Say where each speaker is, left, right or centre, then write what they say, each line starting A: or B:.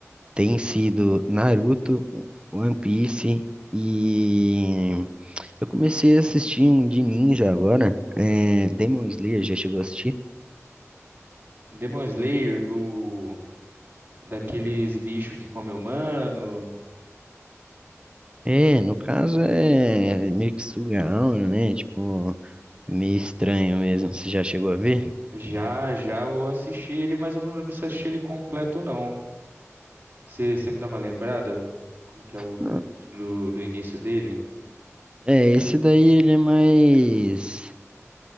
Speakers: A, on the right; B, on the right.
A: tem sido Naruto, One Piece e eu comecei a assistir um de ninja agora, é, Demon Slayer, já chegou a assistir?
B: Demon Slayer, do, daqueles bichos que come humano.
A: É, no caso é meio que Sugaon, né? Tipo. É meio estranho mesmo. Você já chegou a ver?
B: Já, já eu assisti ele, mas eu não lembro se eu assisti ele completo, não. Você me dá uma lembrada? Como que é o
A: Não.
B: do, do início dele?
A: É, esse daí ele é mais.